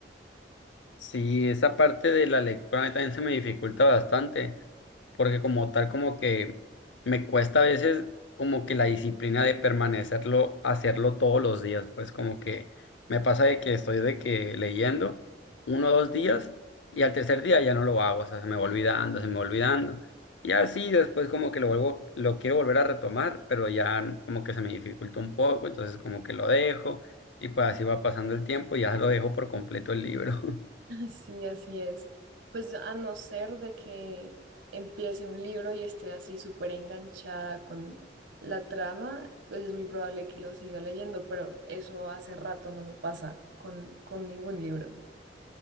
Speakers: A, on the left (about 80°); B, on the right (about 90°).
A: Sí, esa parte de la lectura a mí también se me dificulta bastante, porque como tal como que me cuesta a veces como que la disciplina de permanecerlo, hacerlo todos los días, pues como que me pasa de que estoy de que leyendo uno o dos días y al tercer día ya no lo hago, o sea, se me va olvidando, se me va olvidando. Y así después como que lo vuelvo, lo quiero volver a retomar, pero ya como que se me dificulta un poco, entonces como que lo dejo y pues así va pasando el tiempo y ya lo dejo por completo el libro. <laughs>
B: <laughs> Sí, así es. Pues a no ser de que empiece un libro y esté así súper enganchada con la trama, pues es muy probable que lo siga leyendo, pero eso hace rato no me pasa con, con ningún libro.